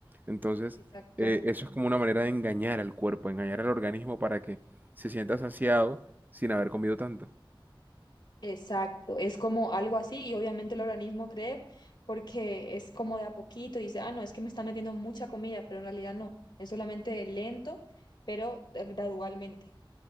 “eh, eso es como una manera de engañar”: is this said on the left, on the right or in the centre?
Right